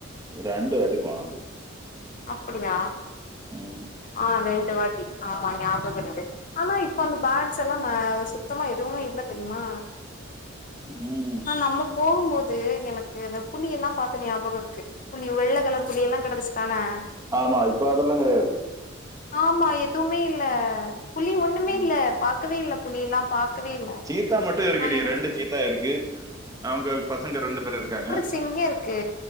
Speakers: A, on the right; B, on the left.
A: ரெண்டு வாட்டி போனோ அது
B: அப்டியா
A: ம்
B: ஆ ரெண்டு வாட்டி ஆமா ஞாபகர்க்கு ஆமா இப்போ அந்த பாக்ஸ் எல்லா ந சுத்தமா எதுவு இல்ல தெரிமா
A: ம்
B: ஆ நம்ம போகு போது எனக்கு இந்த புலி எல்லா பாத்த ஞாபகொ இருக்கு புலி வெள்ள கலரு புலியெல்லா கெடந்துச்சி தானா
A: ஆமா இப்ப அதெல்லா கெடையாது
B: ஆமா எதுவுமே இல்ல புலி ஒண்ணுமே
A: ம்.
B: இல்ல பாக்கவே இல்ல புலி எல்லா பாக்கவே இல்ல
A: சீத்தா மட்டு இருக்டி
B: நா எனக்கு
A: ரெண்டு சீத்தா இருக்கு அவுங்க பசங்க ரெண்டு பேரு இருக்காங்க
B: சிங்கருக்கு